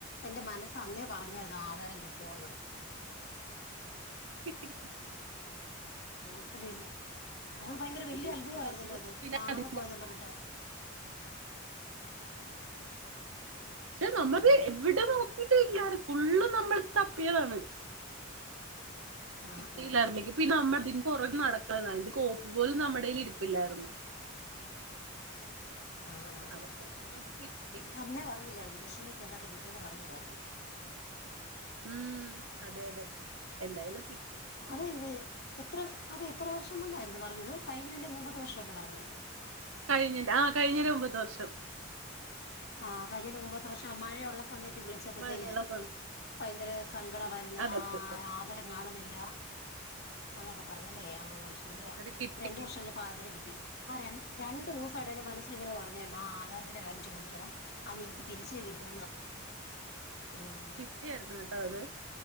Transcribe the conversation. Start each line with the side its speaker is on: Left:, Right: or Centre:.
Left: എന്റെ മനസ്സ് അന്നേ പറഞ്ഞായിരുന്നു ആധാരം കിട്ടുന്ന്.
Right: കിട്ടി കിട്ടി
Left: അപ്പം വല്ലി അത് ഭയങ്കര വല്യ
Right: അല്ലെങ്കി
Left: അദ്ഭുതവയിരുന്നല്ലോ
Right: നമ്മള്
Left: അത്
Right: പിന്നെ
Left: കാണാതെ
Right: അത്
Left: പോയന്നർഞ്ഞിട്ട്.
Right: പക്ഷേ നമ്മള്
Left: ഉം,
Right: എവിടെന്നോ കിട്ട് ഇല്ലാതെ ഫുള്ളും നമ്മള് തപ്പിയതാണ്.
Left: ആ
Right: കിട്ടില്ലായിരുന്നെങ്കി
Left: ആ
Right: പിന്നെ നമ്മതിന്റെ പുറകെ നടക്കണയി അതിന്റെ കോപ്പി പോലും നമ്മുടെല് ഇരിപ്പില്ലായിരുന്നു. <unintelligible>
Left: ആഹ് ആഹ്
Right: അവസാനം അത് കിട്ടി
Left: ഞ അന്നേ പറഞ്ഞില്ലായിരുന്നോ വിഷമിക്കേണ്ട അത് കിട്ടുന്ന് പറഞ്ഞില്ലായിരുന്നോ.
Right: ഉം... അതെ അതെ എന്തായാലും കി
Left: അതെ ഇത് എത്ര അതെ എത്ര വർഷം മുന്നായിരുന്നു പറഞ്ഞത് കഴിഞ്ഞതിന്റെ മുമ്പത്തെ വർഷല്ലേ പറഞ്ഞേ
Right: കഴിഞ്ഞിന്റെ ആഹ് കഴിഞ്ഞന്റെ മുമ്പത്തെ വർഷം.
Left: ആഹ് കഴിഞ്ഞന്റെ മുമ്പത്തെ വർഷം മഴയുള്ള സമയത്ത്. വിളിച്ചപ്പത്തേന്
Right: മഴയുള്ള സമയം
Left: ഭയങ്കര സങ്കടവായിരുന്നു
Right: അതെ
Left: ആ
Right: അതെ
Left: ആദാരം കാണുന്നില്ല. അന്നൊക്കെ പറഞ്ഞല്ലേ ആഹ് ശരിയാ
Right: അത് കിട്ടി
Left: രണ്ട്
Right: കിട്ടി
Left: വർഷം പ്പ ദാരം കിട്ടി രണ്ട് രണ്ടു ദിവസായിട്ട് എന്റെ മനസ്സിൽ ഇങ്ങനെ പറഞ്ഞായിരുന്നു ആധാരത്തിന്റെ കാര്യം ചോദിക്കണം അത് നിൻക്ക് തിരിചേ കിട്ടൂന്ന് ഉം
Right: കിട്ടിയായിരുന്നു ട്ടോ അത്